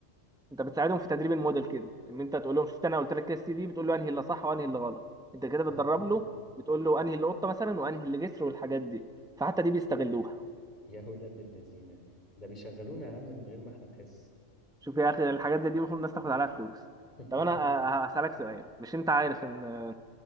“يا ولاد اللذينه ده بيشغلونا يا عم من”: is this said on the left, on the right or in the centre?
Left